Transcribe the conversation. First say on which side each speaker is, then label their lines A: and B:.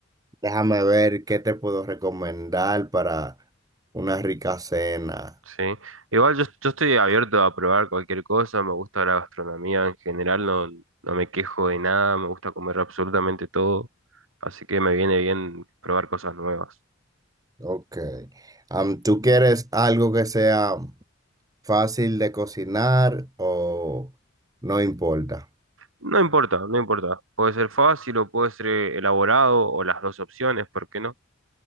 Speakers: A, on the right; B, on the right.
A: déjame ver qué te puedo recomendar para una rica cena.
B: Sí, igual yo, yo estoy abierto a probar cualquier cosa, me gusta la gastronomía en general, no, no me quejo de nada, me gusta comer absolutamente todo, así que me viene bien probar cosas nuevas.
A: Ok. Am, ¿tú quieres algo que sea fácil de cocinar o no importa?
B: No importa, no importa, puede ser fácil o puede ser eh, elaborado o las dos opciones, ¿por qué no?